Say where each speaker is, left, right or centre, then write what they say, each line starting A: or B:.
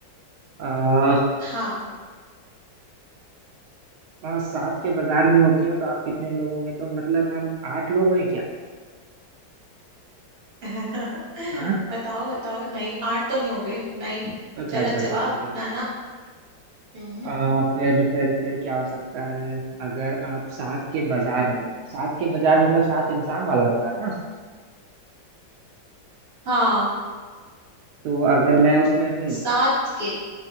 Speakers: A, on the right; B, on the right.
A: आ,
B: हाँ
A: आ, सात के बाजार में होते हो तो आप कितने लोग होंगे तो मतलब हम आठ लोग हैं क्या
B: <laughs>
A: हाँ
B: बताओ बताओ नहीं आठ तो नहीं हो गए नहीं
A: अच्छा
B: गलत
A: अच्छा अच्छा
B: जवाब
A: ठीक है
B: नाना हम्म,
A: आ, फिर फिर फिर क्या हो सकता है अगर आप सात के बाजार में सात के बाजार मतलब सात इंसान वाला बाजार ना
B: हाँ
A: तो अगर मैं उसमें हूँ
B: सात के